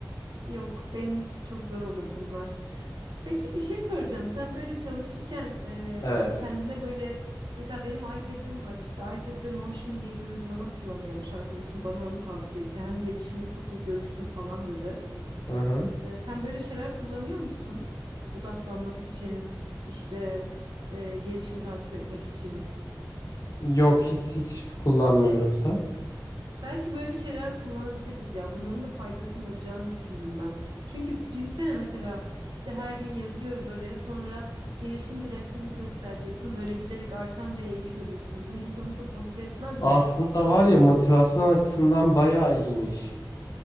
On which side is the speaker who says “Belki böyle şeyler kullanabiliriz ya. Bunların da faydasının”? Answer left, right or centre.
Right